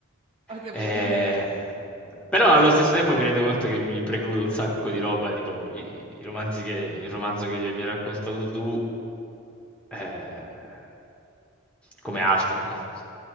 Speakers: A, on the right; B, in the centre.
A: Ho capito.
B: Eh,
A: quindi-
B: però allo stesso tempo mi rendo conto che mi precludo un sacco di roba, tipo i, i romanzi che, il romanzo che mi hai raccontato tu. eh, come altro, no?